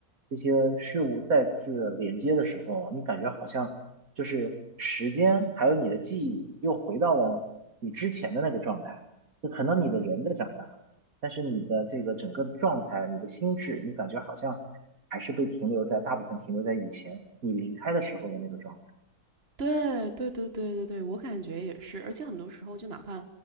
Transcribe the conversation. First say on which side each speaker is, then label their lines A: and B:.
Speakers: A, on the right; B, on the right.
A: 这些事物再次连接的时候，你感觉好像。就是时间还有你的记忆又回到了你之前的那个状态。就可能你的人在长大，但是你的这个整个的状态、你的心智，你感觉好像还是被停留在大部分停留在以前你离开的时候的那个状态。
B: 对对对对对对，我感觉也是，而且很多时候就哪怕